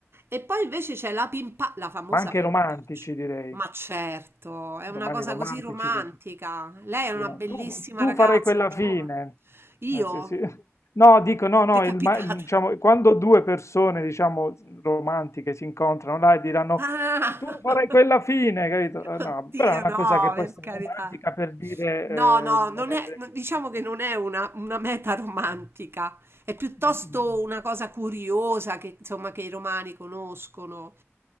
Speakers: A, on the right; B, on the left.
A: E poi invece c'è la pimpa, la famosa
B: ma anche
A: pimpaccia.
B: romantici, direi,
A: Ma certo, è una
B: romani
A: cosa
B: romantici
A: così romantica.
B: che ci-
A: Lei è una
B: io no.
A: bellissima
B: Tu, tu
A: ragazza,
B: farai quella
A: giovane.
B: fine.
A: Io?
B: Eh, sì, sì. <laughs> No, dico, no, no,
A: Decapitata.
B: il ma- il- diciamo, quando due persone, diciamo, romantiche si incontrano là e diranno,
A: Ah!
B: tu farai
A: <laughs>
B: quella fine, capito? Eh, No,
A: Oddio,
B: però è una
A: no,
B: cosa che può
A: per
B: essere
A: carità.
B: romantica per dire,
A: No,
B: eh,
A: no,
B: moriremo
A: non è, no, diciamo
B: insieme.
A: che non è una, una meta romantica, è piuttosto
B: Mm, mm.
A: una cosa curiosa che, insomma, che i romani conoscono.